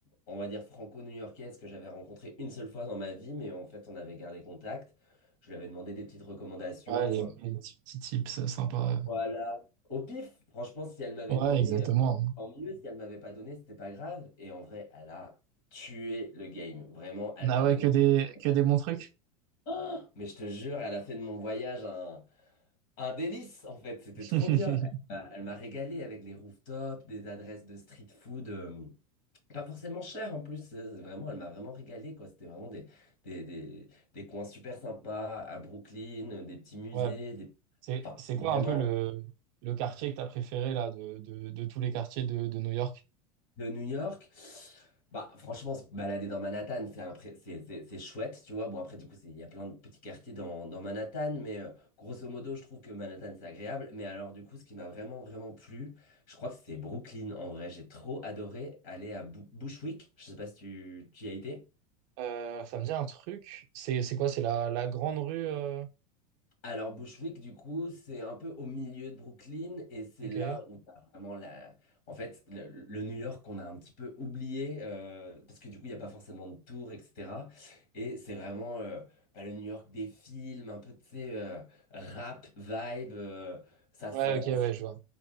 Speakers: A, on the left (about 60°); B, on the right (about 55°).
A: on va dire franco-new-yorkaise que j'avais rencontrée une seule fois dans ma vie, mais en fait, on avait gardé contact. Je lui avais demandé des petites recommandations
B: Ouais, les, les petits, petits tips sympas.
A: voilà. Au pif, franchement, si elle m'avait
B: euh. Ouais,
A: donné,
B: exactement.
A: euh, tant mieux. Si elle m'avait pas donné, c'était pas grave. Et en vrai, elle a tué le game. Vraiment, elle
B: Ah
A: m'a
B: ouais,
A: donné
B: que des,
A: des. <gasps>
B: que des bons trucs.
A: Ah mais je te jure, elle a fait de mon voyage un, un délice, en fait. C'était
B: <laughs>
A: trop bien. Elle m'a elle m'a régalé avec les rooftops, des adresses de street food, euh, pas forcément chères en plus. Euh, Vraiment, elle m'a vraiment régalé, quoi. C'était vraiment des, des, des, des coins super sympas à Brooklyn, euh, des petits musées,
B: Ouais.
A: des...
B: C'est,
A: Enfin,
B: c'est quoi
A: vraiment.
B: un peu le, le quartier que t'as préféré là, de, de, de tous les quartiers de, de New York?
A: de New York. Bah, franchement, se balader dans Manhattan, c'est un pré- c'est c'est- c'est chouette, tu vois. Bon, après, du coup, c'est- il y a plein de petits quartiers dans, dans Manhattan, mais euh, grosso modo, je trouve que Manhattan, c'est agréable. Mais alors, du coup, ce qui m'a vraiment, vraiment plu, je crois que c'est Brooklyn, en vrai. J'ai trop adoré aller à Bu- Bushwick. Je sais pas si tu, tu y as été.
B: Euh, ça me dit un truc. C'est, c'est quoi? C'est la, la grande rue. euh,
A: Alors Bushwick, du coup, c'est un peu au milieu de Brooklyn et c'est
B: Ok.
A: là où t'as vraiment la... En fait, le, le New York qu'on a un petit peu oublié euh, parce que du coup, il n'y a pas forcément de tour, etc. Et c'est vraiment euh, bah, le New York des films, un peu, tu sais, euh, rap, vibe, euh, ça sent,
B: Ouais, ok, ouais,
A: ça
B: je vois.